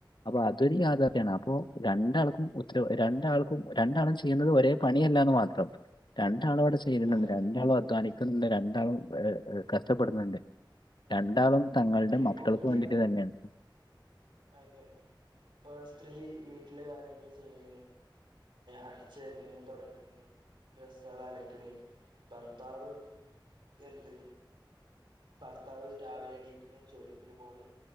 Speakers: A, on the left; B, on the right.
A: അപ്പൊ അതൊരു യാഥാർത്ഥ്യമാണ് അപ്പൊ രണ്ടാൾക്കും രണ്ടാൾക്കും രണ്ടാളും ചെയ്യുന്നത് ഒരേ പണിയല്ലന്ന് മാത്രം രണ്ടാളും അവിടെ ചെയണ്ട്
B: അതെ
A: രണ്ടാളും അധ്വാനിക്കുന്നുണ്ട് രണ്ടാളും കഷ്ടപ്പെടുന്നുണ്ട് രണ്ടാളും തങ്ങളുടെ
B: പിന്നെ
A: മക്കൾക്ക്
B: കുട്ടികള്
A: വേണ്ടീട്ട് തന്നെയാണ്
B: അതെ ഇപ്പൊ സ്ത്രീ വീട്ടില് കാര്യങ്ങൾ ചെയ്യണ് അടിച്ചോരണ് തുടക്കണ് ഡ്രസ്സ്കളലക്കണ് ഭർത്താവ് എന്ത് ഭർത്താവ് രാവിലെ എണീക്കണ് ജോലിക്ക് പോണ്